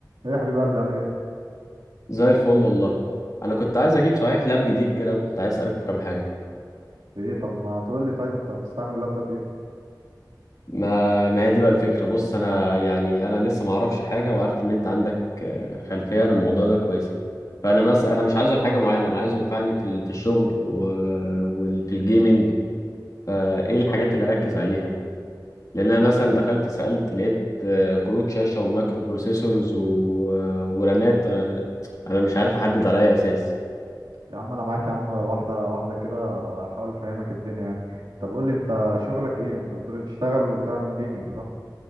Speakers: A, on the right; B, on the left.
A: ايه يا حبيب قلبي عامل ايه؟
B: زي الفل والله انا كنت عايز اجيب صحيح لاب جديد كده وكنت عايز اسالك في كام حاجه
A: في ايه طب ما تقول لي طيب انت بتستعمل اللاب ده في ايه؟
B: ما ما هي دي بقى الفكره بص انا يعني انا لسه ما اعرفش حاجه وعارف ان انت عندك آه، خلفيه عن الموضوع ده كويسه فانا مس انا مش عايزه لحاجه معينه انا عايزه ينفعني في ال- في الشغل وفي الجيمنج فايه الحاجات اللي اركز عليها لان انا مثلا دخلت سالت لقيت آه، كروت شاشه ومايكرو بروسيسورز و... ورامات انا انا مش عارف احدد على اي اساس
A: يا عم انا معاك يا عم واحدة واحدة كده احاول افهمك الدنيا يعني طب قول لي انت شغلك ايه؟ انت بتقول لي بتشتغل وبتعمل جيمنج صح؟